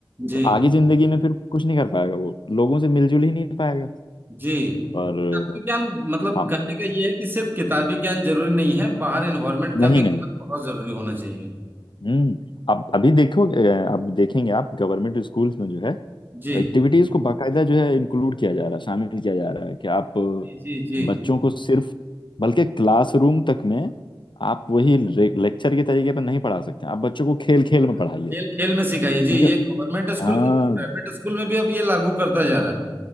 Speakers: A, on the right; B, on the left.
A: जी
B: तो आगे जिंदगी में फिर कुछ नहीं कर पाएगा वो लोगों से मिलजुल ही नहीं पाएगा
A: जी
B: और
A: किताबी ज्ञान मतलब
B: हाँ
A: कहने का ये है कि सिर्फ किताबी ज्ञान जरूरी नहीं है बाहर एनवायरनमेंट का
B: नहीं
A: भी
B: नहीं
A: बहुत जरूरी होना चाहिए
B: हम्म अब अभी देखो अ, अब देखेंगे आप गवर्नमेंट स्कूल्स में जो है
A: जी
B: एक्टिविटीज को बाकायदा जो है इंक्लूड किया जा रहा है शामिल किया जा रहा है कि आप अ,
A: जी जी जी
B: बच्चों को सिर्फ बल्कि क्लासरूम तक में आप वही लेक्चर के तरीके पर नहीं पढ़ा सकते आप बच्चों को खेल खेल में पढ़ाइए
A: खेल खेल में सिखाइए जी
B: उनके
A: ये गवर्नमेंट स्कूल
B: हाँ
A: के प्राइवेट स्कूल में भी अब ये लागू करता जा रहा है